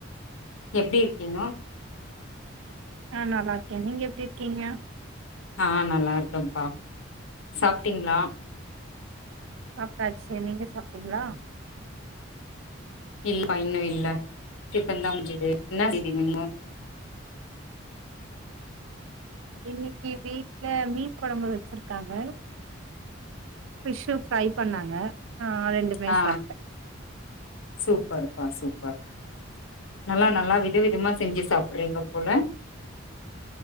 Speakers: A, on the left; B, on the right.
A: எப்டி இருக்கீங்கோ
B: ஆ நல்லா இருக்கே நீங்க எப்பிடி இருக்கீங்க
A: ஆ நல்லாருக்கப்பா சாப்ட்டீங்ளா
B: சாப்ட்டாச்சு நீங்க சாப்ட்டீங்ளா
A: இல் ப்பா இன்னு இல்ல டிஃபன் தா முடிச்சுது என்னா செய்தி <unintelligible>
B: இன்னிக்கி வீட்ல மீன் கொழம்பு வச்சிருக்காங்க ஃபிஷ் ஃப்ரை பண்ணாங்க ஆ ரெண்டுமே
A: அ
B: சாப்ட்டே
A: சூப்பர்ப்பா சூப்பர் <unintelligible> நல்லா நல்லா வித விதமா செஞ்சு சாப்பிட்றீங்கோ போல